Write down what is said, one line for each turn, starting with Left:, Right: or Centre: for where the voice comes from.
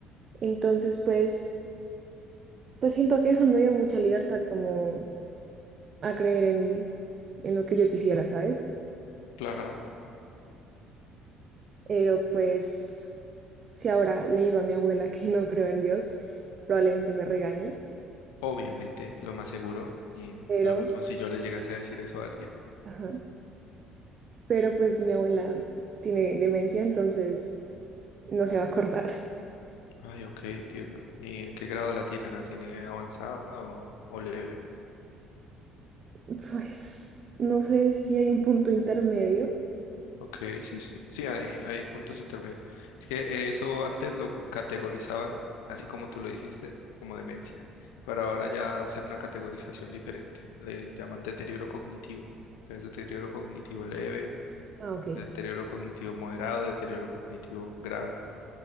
Right: Entonces, pues, pues siento que eso me dio mucha libertad como a creer en, en lo que yo quisiera, ¿sabes?
Left: claro.
Right: Pero pues, si ahora le digo a mi abuela <laughs> que no creo en Dios, probablemente me regañe,
Left: Obviamente, lo más seguro, y
Right: pero,
Left: lo mismo si yo les llegase a decir eso a alguien.
Right: ajá, pero pues mi abuela tiene demencia, entonces no se va a acordar.
Left: Ay, ok, entiendo. ¿Y en qué grado la tiene? ¿La tiene avanzada o, o leve?
Right: <laughs> Pues, no sé si hay un punto intermedio.
Left: Ok, sí, sí, sí, hay, hay puntos intermedios. Es que eso antes lo categorizaban, así como tú lo dijiste, como demencia, pero ahora ya usan una categorización diferente. Le llaman deterioro cognitivo. Entonces, deterioro cognitivo leve,
Right: Ah, ok.
Left: deterioro cognitivo moderado, deterioro cognitivo grave